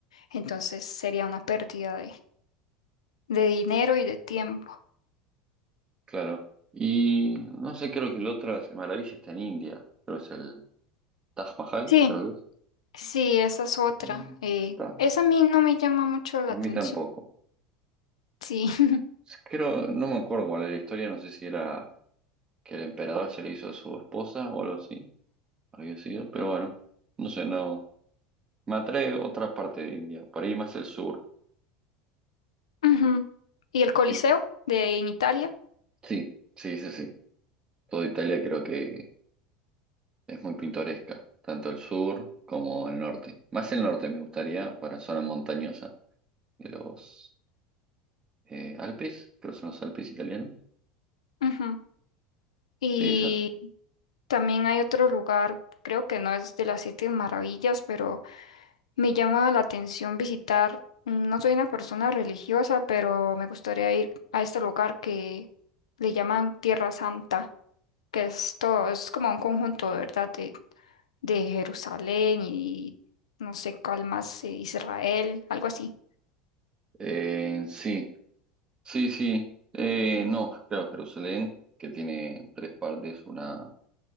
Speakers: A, on the left; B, on the right.
A: Entonces sería una pérdida de, de dinero y de tiempo.
B: claro. Y no sé, creo que la otra maravilla está en India, pero es el Taj Mahal,
A: Sí,
B: creo que es.
A: Sí, esa es otra.
B: Mm,
A: eh,
B: ta-
A: esa a mí no me llama mucho la
B: A
A: atención.
B: mí tampoco.
A: Sí. <laughs>
B: Creo, no me acuerdo cuál era la historia, no sé si era que el emperador se le hizo a su esposa o algo así, había sido, pero bueno, no sé, no. Me atrae otra parte de India, por ahí más el sur.
A: Ujú. Y el Coliseo
B: Es-
A: de en Italia.
B: Sí, sí, sí, sí. Toda Italia creo que es muy pintoresca, tanto el sur como el norte. Más el norte me gustaría para zona montañosa de los eh, Alpes, creo que son los Alpes italianos.
A: Ujú. Y
B: Sí, esas.
A: también hay otro lugar, creo que no es de las siete maravillas, pero me llama la atención visitar. No soy una persona religiosa, pero me gustaría ir a este lugar que le llaman Tierra Santa. que es todo, es como un conjunto, ¿verdad? De, de Jerusalén y no sé cuál más, eh, Israel, algo así.
B: Eh, sí. Sí, sí. Eh, no, claro, Jerusalén, que tiene tres partes, una